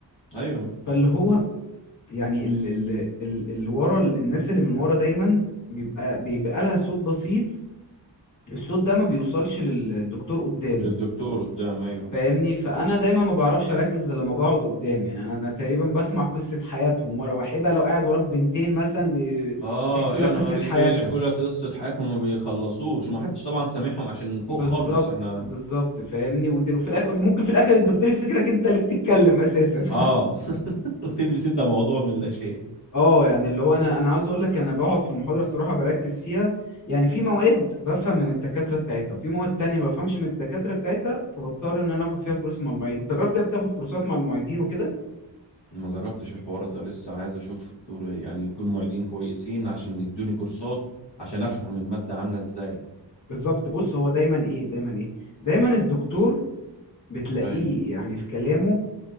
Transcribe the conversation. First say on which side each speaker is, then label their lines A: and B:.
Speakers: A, on the left; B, on the left.
A: ايوه
B: فاللي هو يعني ال ال ال اللي ورا ال- الناس اللي من ورا دايما بيبقى بيبقى لها صوت بسيط الصوت ده ما بيوصلش للدكتور قدام
A: للدكتور قدام ايوه
B: فاهمني فانا دايما ما بعرفش اركز غير لما بقعد قدام يعني انا ده تقريبا بسمع قصه حياتهم ورا وحيبه لو قاعد وراك بنتين مثلا بي-
A: اه
B: بيحكوا
A: يا
B: لك
A: نهار
B: قصه حياتها
A: اسود يحكوا لك قصه حياتهم وما بيخلصوش ومحدش طبعا سامعهم عشان فوق
B: بالظبط
A: خالص احنا
B: بالظبط فاهمني وت- وفي الاخر ممكن في الاخر الدكتور يفتكرك انت اللي بتتكلم اساسا <laughs>
A: اه <laughs> وتلبس انت موضوع من لا شيء
B: اه يعني اللي هو انا انا عاوز اقول لك انا بقعد في المحاضره الصراحه بركز فيها يعني في مواد بفهم من الدكاتره بتاعتها وفي مواد تانية ما بفهمش من الدكاتره بتاعتها فبضطر ان انا اخد فيها كورس مع المعيد انت جربت بتاخد كورسات مع المعيدين وكده
A: ما جربتش الحوار ده لسه عايز اشوف دكتور- يعني يكون معيدين كويسين عشان يدوني كورسات عشان افهم الماده عامله ازاي
B: بالظبط بص هو دايما ايه دايما ايه دايما الدكتور بتلاقيه
A: ايوه
B: يعني في كلامه